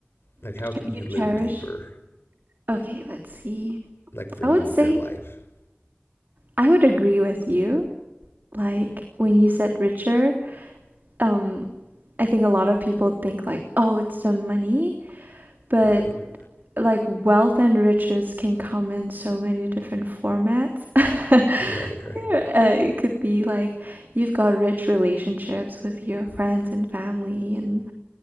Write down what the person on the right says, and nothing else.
ch
you
cherish.
Okay, let's see.
I
would say
I would agree with you. Like when you said richer, um, I think a lot of people think like, oh, it's the money, but
like wealth and riches can come in so many different formats. <laughs>
Uh, it could be like you've got rich relationships with your friends and family and